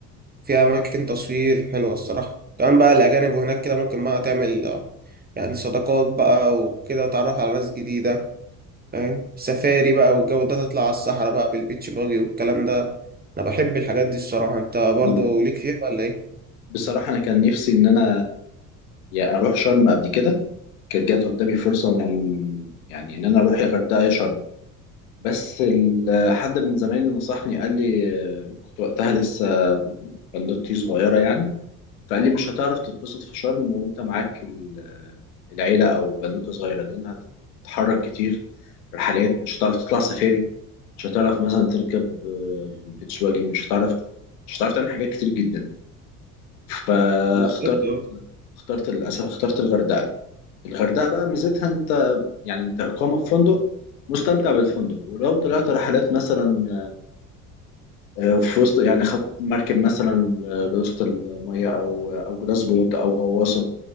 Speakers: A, on the right (about 20°); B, on the left (about 70°).
A: فيها أماكن تصوير حلوة الصراحة كمان بقى الأجانب وهناك كده ممكن بقى تعمل آه، يعني صداقات بقى وكده وتعرف على ناس جديدة فاهم سفاري بقى والجو ده تطلع على الصحراء بقى بالبيتش باجي والكلام ده أنا بحب الحاجات دي الصراحة انت برضه
B: أنا-
A: ليك فيها ولا ايه؟
B: بصراحة انا كان نفسي ان انا يا اروح شرم قبل كده كانت جات قدامي فرصة من يعني إن أنا أروح يا غردقة يا شرم بس ال- حد من زمايلي نصحني قال لي آه، كنت وقتها لسه بنوتي صغيرة يعني فقال لي مش هتعرف تتبسط في شرم وأنت معاك ال- العيلة أو بنوتة صغيرة لأنها هتتحرك كتير رحلات مش هتعرف تطلع سفاري مش هتعرف مثلا تركب آه، بيتش واجي مش هتعرف مش هتعرف تعمل حاجات كتير جدا فاخترت
A: بالظبط
B: اخترت للأسف اخترت الغردقة الغردقة بقى ميزتها انت يعني انت إقامة في فندق مستمتع بالفندق ولو طلعت رحلات مثلا آه، في وسط يعني خط مركب مثلا آه، لوسط المية أو أو جلاس بوت أو غواصة